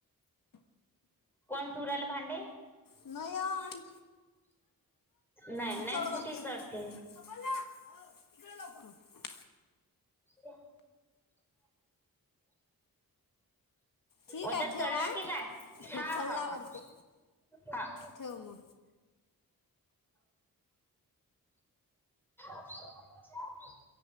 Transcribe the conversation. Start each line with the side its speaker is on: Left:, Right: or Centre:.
Centre: कोण तुराला भांडे?
Left: नाही
Centre: नाही
Left: तू चड
Centre: नैन कुठे
Left: वरती <unintelligible>
Centre: चढते.
Left: सप इकडे लवकर <unintelligible>
Centre: य
Left: ठीक
Centre: <inaudible> वरती
Left: आहे ठेव
Centre: चढला
Left: हा
Centre: की काय हा
Left: चढला
Centre: हा
Left: वरती
Centre: हा हा अहं
Left: ठेव मग
Centre: अहं